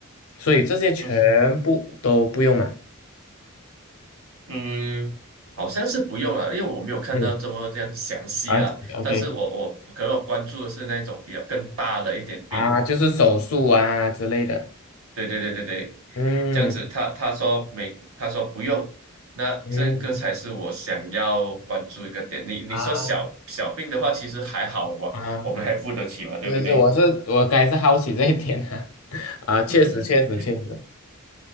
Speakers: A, on the left; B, on the right.
A: 所以这些全部都不用嘛？
B: 嗯哼嗯，好像是不用了，因为我没有看到这么这样详细啦。
A: 嗯，I o
B: 但是我我我可能我关注的是那种比较更大的一点病，
A: k 啊，就是手术啊之类的，
B: 对对对对对，
A: 嗯
B: 这样子他他说没，他说不用，那这个才是我想要关注一个点。
A: 嗯
B: 你你说小小病的话，
A: 啊
B: 其实还好，我我们还付得起嘛，
A: 啊。
B: 对不对？
A: 是是，我是我该是好奇这一点啊，<laughs>
B: <laughs>
A: 啊，确实确实确实，